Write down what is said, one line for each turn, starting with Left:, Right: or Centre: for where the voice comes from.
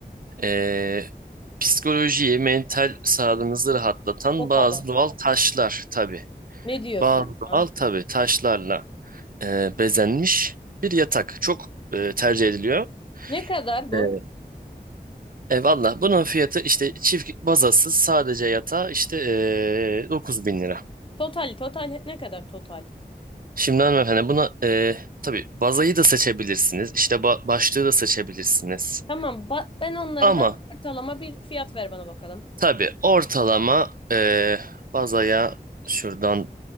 Right: e, psikolojiyi, mental sağlığınızı rahatlatan
Left: O
Right: bazı
Left: kadar.
Right: doğal taşlar tabii.
Left: Ne diyorsun
Right: Bazı doğal
Left: ya?
Right: tabii taşlarla e, bezenmiş bir yatak. Çok e, tercih ediliyor.
Left: Ne kadar bu?
Right: E, e, valla bunun fiyatı işte çift bazasız sadece yatağı işte e, 9 bin lira.
Left: Total total ne kadar total?
Right: Şimdi hanımefendi buna e, tabii bazayı da seçebilirsiniz. İşte ba- başlığı da seçebilirsiniz.
Left: Tamam ba- ben onları
Right: Ama
Left: da ortalama bir fiyat ver bana bakalım.
Right: Tabii ortalama eee bazaya şuradan